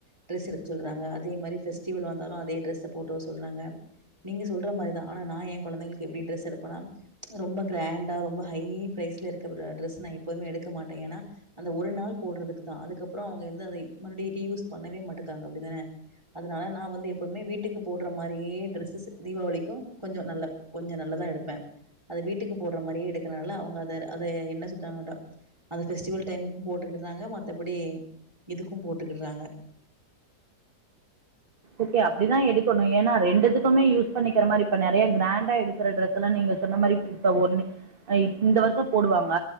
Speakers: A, on the right; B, on the right.
A: டிரெஸ் எடுக்க சொல்றாங்க அதே மாரி பெஸ்டிவல் வந்தாலு அதே டிரஸ்ஸ போட்டு வர சொல்றாங்க நீங்க சொல்ற மாரிதா ஆனா நா என் கொழந்தைகளுக்கு எப்டி டிரெஸ் எடுப்பனா ரொம்ப கிராண்டா ரொம்ப ஹை பிரரைஸ்ல இருக்கிறத டரெஸ் நா எப்பவும எடுக்க மாட்டே ஏனா அந்த ஒரு நாள் போட்றதுக்கு தா அதுக்கப்றோ அவங்க வந்து அத மறுபடி ரீயூஸ் பண்ணவே மாட்டக்காங்க அப்டிதான அதனால நா வந்து எப்பவுமே வீட்டுக்கு போட்ற மாரியே ட்ரெஸ்ஸஸ் தீபாவளிக்கு கொஞ்சம் நல்ல கொஞ்சோ நல்லதா எடுப்பே அத வீட்டுக்கு போட்ற மாரியே எடுக்கறனால அவங்க அத அதை என்ன சொல்டாங்கடா அத ஃபெஸ்டிவல்டைமுக்கும் போட்டுக்கிட்றாங்க மத்தபடி இதுக்கும் போட்டுக்கிட்றாங்க
B: ஓகே அப்டிதா எடுக்கணு ஏனா ரெண்டுதுக்குமே யூஸ் பண்ணிக்கிற மாரி இப்ப நெறைய கிராண்டா எடுக்கிற டிரெஸ்ஸல்லா நீங்க சொன்ன மாரி இப்ப ஒண்ணு அ இந்த வர்ஷோ போடுவாங்க